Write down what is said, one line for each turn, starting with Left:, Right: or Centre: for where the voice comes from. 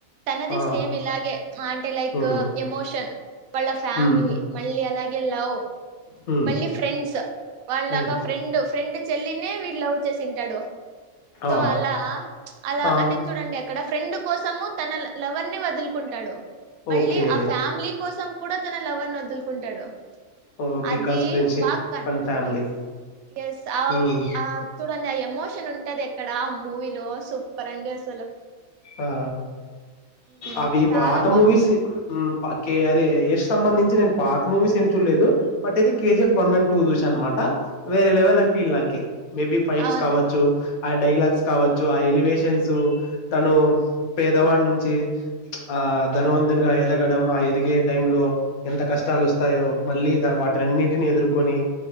Right: తనది
Left: ఆ!
Right: సేమ్ ఇలాగే అం అంటే లైక్
Left: హ్మ్.
Right: ఎమోషన్ వాళ్ళ ఫ్యామిలీ
Left: హ్మ్.
Right: మళ్ళీ అలా ఎ లవ్
Left: హ్మ్.
Right: మళ్ళీ ఫ్రెండ్స్ వాళ్ళ
Left: హ్మ్.
Right: లాగా ఫ్రెండ్ ఫ్రెండ్ చెల్లినే వీడు లవ్ చేసింటాడు సో
Left: ఆ!
Right: అలా అలా
Left: ఆ!
Right: అంటే చూడండి అక్కడ ఫ్రెండ్ కోసము తన లవర్ ని వదులుకుంటాడు మళ్ళీ
Left: ఓకే.
Right: ఆ ఫ్యామిలీ కోసం కూడా తన లవర్ ని వదులుకుంటాడు
Left: ఓహ్!
Right: అది
Left: బికాస్ ఫ్రెండ్‌షిప్
Right: బాగా క
Left: అండ్ ఫ్యామిలీ.
Right: ఎస్ ఎస్ ఆవ్
Left: హ్మ్.
Right: ఆవ్ చుడండి ఐ ఎమోషన్ ఉంటది ఎక్కడ మూవీలో సూ పరండీ అసలు
Left: ఆ
Right: మ్మ్
Left: అవి
Right: చాలా
Left: పాత
Right: బాగుంది
Left: మూవిస్ హ్మ్ ప కె అదే యస్ సంబంధించి నేను పాత మూవీస్ ఏం చూడలేదు బట్ ఇది కేజి ఎఫ్ వన్ అం టు చూసా అనమాట వేరే level I feel like a maybe fights
Right: అవును
Left: కావచ్చు ఆ డైలాగ్స్ కావచ్చు ఆ ఎలి పేషెన్స్ ఉ తను పేదవాడి నుంచి ఆ ధనవంతునిగా ఎదగడం ఆ ఎదిగే టైం లో ఎంత కష్టాలు వస్తాయో మళ్ళీ ద వాటిని అన్నిటిని ఎదుర్కొని